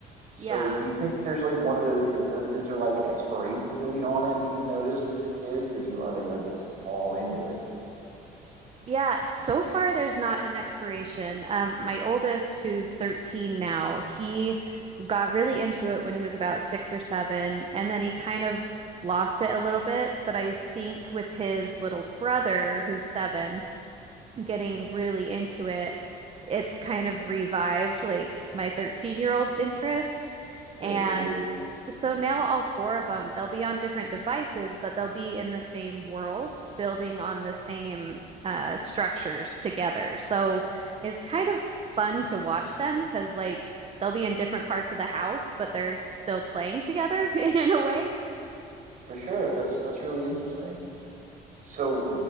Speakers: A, on the right (about 50°); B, on the right (about 35°).
A: So
B: Yeah.
A: do you think there's like one of those is the, is there like an expiration date on it that you've noticed with your kids or do are they like just all into it?
B: Yeah, so far there's not an expiration. Um, my oldest, who's 13 now, he got really into it when he was about six or seven, and then he kind of lost it a little bit. But I think with his little brother, who's seven, getting really into it, it's kind of revived like my 13 year old's interest.
A: It's really
B: And
A: cute.
B: so now all four of them, they'll be on different devices, but they'll be in the same world, building on the same uh, structures together. So it's kind of fun to watch them because, like, they'll be in different parts of the house, but they're still playing together <laughs> in a way.
A: For sure. That's that's really interesting. So